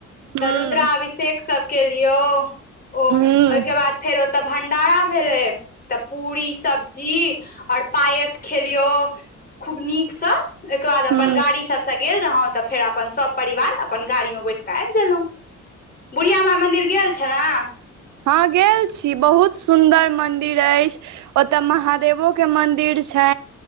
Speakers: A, on the right; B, on the left.
A: ह
B: तऽ रुद्रा अभिषेक सभ केलियौ ओ ओहिके
A: ह
B: बाद। फेर ओतऽ भंडारा भेलै। तऽ पूरी सब्जी और पायस खेलियौ खूब निक सँ। ओहिके बाद अपन
A: ह
B: गाड़ी सभसँ गेल रहौं तऽ फेर अपन सभ परिवार अपन गाड़ीमे बैस कऽ आबि गेलहुँ। बुढ़िया बाई मन्दिर गेल छलऽ ने।
A: ह, गेल छै बहुत सुदर मंदिर अछि। ओतय महादेवोके मन्दिर छै।